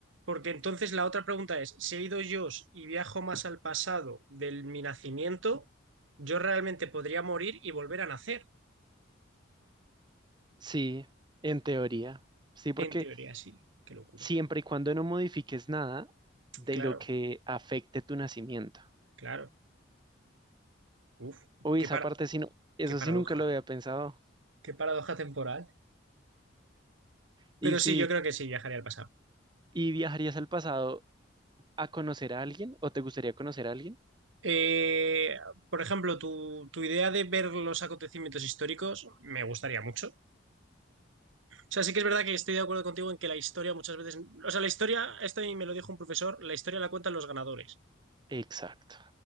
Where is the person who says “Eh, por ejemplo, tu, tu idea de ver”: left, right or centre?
Right